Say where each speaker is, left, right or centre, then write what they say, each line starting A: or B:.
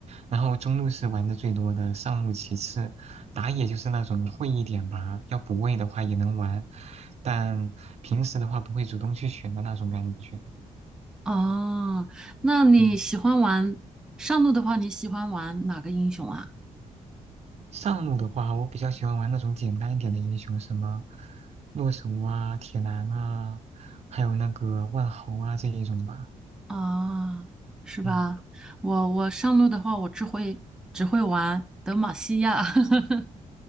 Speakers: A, on the right (about 55°); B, in the centre.
A: 然后中路是玩的最多的，上路其次，打野就是那种会一点吧，要补位的话也能玩，但平时的话不会主动去选的那种感觉。
B: 哦，那你喜欢玩上路的话，
A: 嗯。
B: 你喜欢玩哪个英雄啊？
A: 上路的话，我比较喜欢玩那种简单一点的英雄，什么洛神啊、铁男啊，还有那个万豪啊这一种吧。
B: 啊，是吧？
A: 嗯，
B: 我我上路的话，我只会只会玩德玛西亚。<laughs>